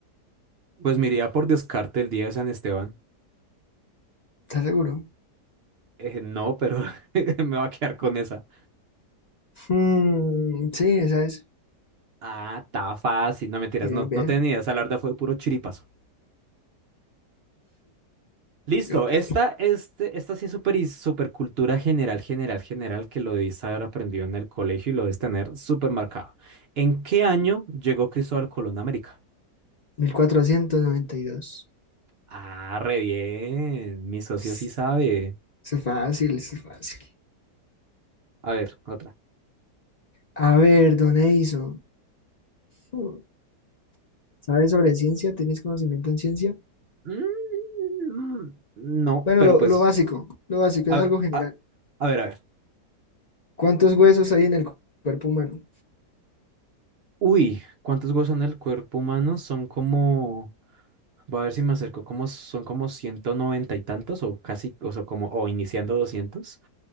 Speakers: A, on the right; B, on the left.
A: Pues me iría por descarte el día de San Esteban.
B: ¿Estás seguro?
A: Eh, no, pero <laughs> me va a quedar con esa.
B: Mm, sí, esa es.
A: Ah, está fácil. No mentiras,
B: Bien,
A: no,
B: bien.
A: no tenía ni idea. Esa larda fue puro chiripazo. Listo,
B: Ok.
A: esta, este, esta sí es súper y súper cultura general, general, general, que lo debiste haber aprendido en el colegio y lo debes tener súper marcado. ¿En qué año llegó Cristóbal Colón a América?
B: 1492.
A: Ah, re bien. Mi socio
B: Pss,
A: sí sabe.
B: Eso es fácil, eso es fácil.
A: A ver, otra.
B: A ver, don Edison, hmm, ¿sabes sobre ciencia? ¿Tienes conocimiento en ciencia?
A: Mm, No,
B: Bueno,
A: pero
B: lo,
A: pues,
B: lo básico, lo básico
A: a,
B: es algo general.
A: a- a ver, a ver.
B: ¿Cuántos huesos hay en el cu- cuerpo humano?
A: Uy, ¿cuántos huesos son en el cuerpo humano? Son como, voy a ver si me acerco, como son como 190 y tantos o casi, o sea, como, o iniciando 200.